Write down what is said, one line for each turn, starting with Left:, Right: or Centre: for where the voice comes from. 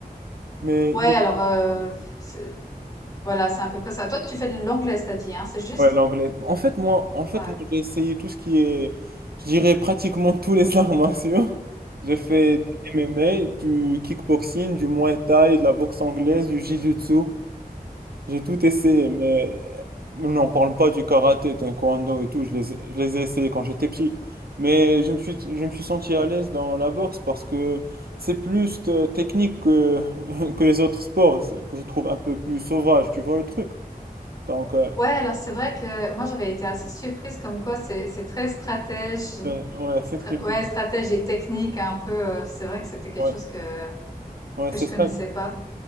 Right: Mais
Left: Ouais,
Right: il
Left: alors
Right: y a-
Left: euh, c'est- voilà, c'est à peu près ça. Toi, tu fais de l'anglais, t'as dit, hein, c'est juste?
Right: ouais, l'anglais. En fait, moi, en fait,
Left: Ouais.
Right: moi, j'ai essayé tout ce qui est, je dirais pratiquement <laughs> tous les arts martiaux. J'ai fait du MMA, du kickboxing, du Muay Thai, de la boxe anglaise, du Jiu-Jitsu. J'ai tout essayé, mais euh, n'en parle pas du karaté, taekwondo et tout. Je les, ai- je les ai essayés quand j'étais petit. Mais je me suis, je me suis senti à l'aise dans la boxe parce que c'est plus euh, technique que, <laughs> que les autres sports, c'est- que je trouve un peu plus sauvage. Tu vois le truc? Donc, euh,
Left: Ouais, alors c'est vrai que moi j'avais été assez surprise comme quoi c'est c'est très stratège,
Right: ouais, ouais, effectivement.
Left: stra- ouais stratège et technique un peu. euh, c'est vrai que c'était quelque
Right: Ouais,
Left: chose que
Right: ouais,
Left: que
Right: c'est
Left: je connaissais
Right: ça.
Left: pas.